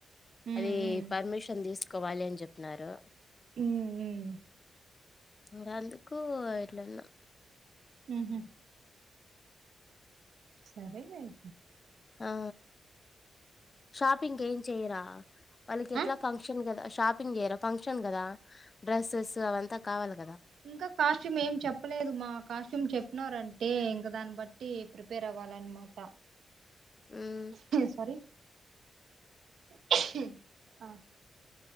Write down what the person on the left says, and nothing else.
అది
పర్మిషన్ తీసు కోవాలి అని చెప్పినారు
ఇంగ అందుకు ఇట్లాన్నా
ఆ షాపింగ్ ఏం చేయరా వాళ్ళకి ఎట్లా
ఫంక్షన్ కదా షాపింగ్ చేయరా ఫంక్షన్ కదా డ్రెస్సెస్ అదంతా కావాలి క
ఉమ్